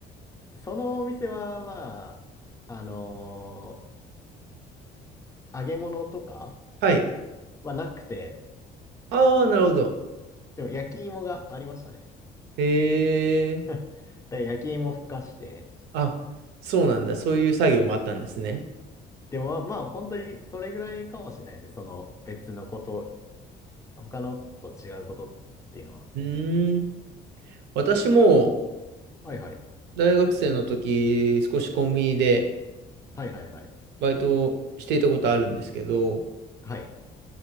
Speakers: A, on the left; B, on the right.
A: そのお店は、まあ、あのー揚げ物とか
B: はい。
A: はなくて、
B: ああ、なるほど。
A: でも焼き芋がありましたね。
B: へえ。
A: <laughs> だから焼き芋ふかして、
B: あ、そうなんだ。そういう作業もあったんですね。
A: でもまあ、まあ本当にそれぐらいかもしれないですね。その別のこと他のと違うことっていうのは。
B: うーん。私も
A: はいはい。
B: 大学生の時、少しコンビニで
A: はいはいはい。
B: バイトをしていたことあるんですけど、
A: はい。